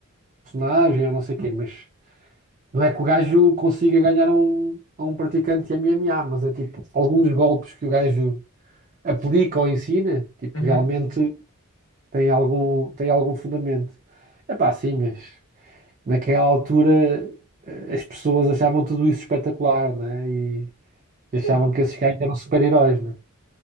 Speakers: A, on the right; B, on the left.
A: personagem ou não sei o quê, mas Não é que o gajo consiga ganhar a um, a um praticante de MMA, mas é tipo, alguns golpes que o gajo aplica ou ensina, tipo,
B: uhum.
A: realmente tem algum, tem algum fundamento. É pá, sim, mas naquela altura eh, as pessoas achavam tudo isso espetacular, né? E achavam
B: Sim, não,
A: que esses gajos eram super-heróis, né?